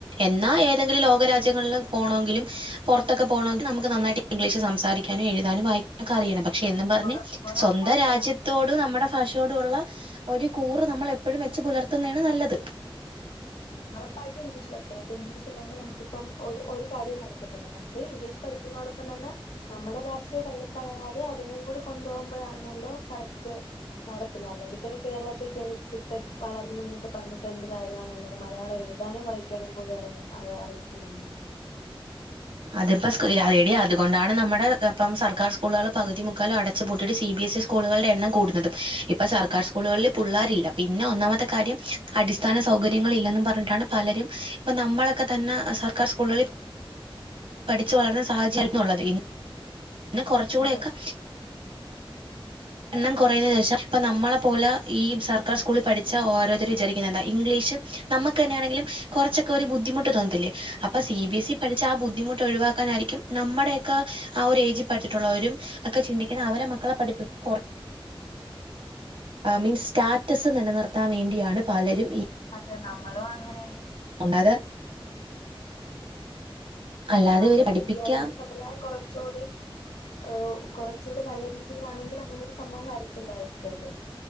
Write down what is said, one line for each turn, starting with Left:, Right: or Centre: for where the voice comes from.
Right: എന്നാ എന്തെങ്കിലും ലോകരാജ്യങ്ങളിൽ പോണെങ്കിലും പുറത്തൊക്കെ പോകണമെങ്കി നമുക്ക് നന്നായിട്ട് ഇംഗ്ലീഷ് സംസാരിക്കാനും എഴുതാനുംവായിക്കാ -
Left: ഇവിടെ
Right: അറിയണം പക്ഷെ എന്നും പറഞ്ഞ്
Left: ഉറ ഉറപ്പായിട്ടും
Right: സ്വന്തം രാജ്യത്തോട്
Left: അറിയാം
Right: നമ്മുടെ ഭാഷയോടുള്ള ഒരു കൂറ് നമ്മൾ എപ്പോഴും വെച്ച് പുലർത്തുന്നണ് നല്ലത്
Left: ഉറപ്പായിട്ട് ഇംഗ്ലീഷ് പഠിക്കണം ഇംഗ്ലീഷില്ലാണ്ട് നമുക്കിപ്പം ഒരു ഒരു കാര്യവും നടക്ക പക്ഷെ ഇംഗ്ലീഷ് പഠിക്കുന്നതോടൊപ്പം തന്നെ നമ്മുടെ ഭാഷയെ തള്ളിക്കളയാതെ അതിനെയും കൂടെ കൊണ്ടുപോവുമ്പോ പ്പഴാണല്ലോ കറക്റ്റ് നടക്ക്ന്നേ അല്ലെങ്കി പിന്നെ കേരളത്തിൽ ജനിച്ചിട്ട് വളർന്ന്ന്നോക്കെ പറഞ്ഞിട്ട് എന്ത് കാര്യമാണുള്ളത് മലയാളം എഴുതാനും വായിക്കാനും കൂടി അറി അറിയത്തില്ലെങ്കി
Right: അതിപ്പോ എടി അതുകൊണ്ടാണ് നമ്മുടെ ഇപ്പം സർക്കാർ സ്കൂളുകള് പകുതി മുക്കാലും അട ടച്ച് പുട്ടിട്ട് സി ബി എസി സ്കൂളുകളുടെ എണ്ണം കൂടന്നതും ഇപ്പൊ സർക്കാർ സ്കൂളുകളിൽ പുള്ളേരില്ല പിന്നെ ഒന്നാമത്തെ കാര്യം അടിസ്ഥാന സൗകര്യങ്ങൾ ഇല്ലന്ന് പറഞ്ഞിട്ടാണ് പലരും ഇപ്പ നമ്മളൊക്കെ തന്നെ സർക്കാർ സ്കൂളുകളിൽ പഠിച്ചു വളർന്ന സാഹചര്യം ഉള്ളത് ഇന്ന് കോറച്ചു കൂടെക്കെ
Left: അതെ
Right: എണ്ണം കുറയുന്നത് ന്ന് വെച്ച ഇപ്പ നമ്മളെ പോലെ ഈ സർക്കാർ സ്കൂളിൽ പഠിച്ചാ ഓരോരുത്തർ വിചാരിക്കുന്നേ എന്താ ഇംഗ്ലീഷും നമ്മക്ക് തന്നെണെങ്കിലും കോറച്ചൊക്കെ ഒരു ബുദ്ധിമുട്ട് തോന്നത്തില്ലേ അപ്പ സി ബി എസി പഠിച്ച ആഹ് ബുദ്ധിമുട്ട് ഒഴിവാക്കാനായിരിക്കും നമ്മുടെക്കെ ആഹ് ഒരു ഏജിൽ പഠിച്ചിട്ടുള്ളവരും ഒക്കെ ചിന്തിക്കുന്ന അവരെ മക്കളെ പഠിപ്പി <unintelligible> മീൻസ് സ്റ്റാറ്റസ് നിലനിർത്താൻ വേണ്ടിയാണ് പലരും ഈ
Left: അതെ നമ്മളും അങ്ങനെന്നെ
Right: മുണ്ടാതെ അല്ലാതെ
Left: അല്ല നമ്മടെ
Right: ഇവര് പഠിപ്പിക്കാൻ
Left: വിദ്യാഭ്യാസ സമ്പ്രദായം കോറച്ചുടി ഏഹ് കുറച്ചൂടി നല്ല രീതിലാണെങ്കി അങ്ങനെ ഒരു സംഭവം വരത്തില്ലായിരിക്കും അല്ലെ